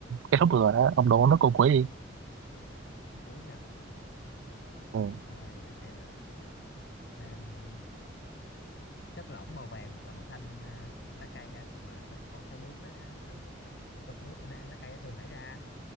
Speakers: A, on the right; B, on the left.
A: kết thúc rồi đó. Ông đố nó câu cuối đi.
B: con cuối nha
A: Ừ.
B: Trời ơi để xem nào Àm, chất lỏng màu vàng hoặc là màu xanh à, lá cây á còn mà cái con sao bướm nó à, con sao bướm mà nó ăn lá cây á, thường thải ra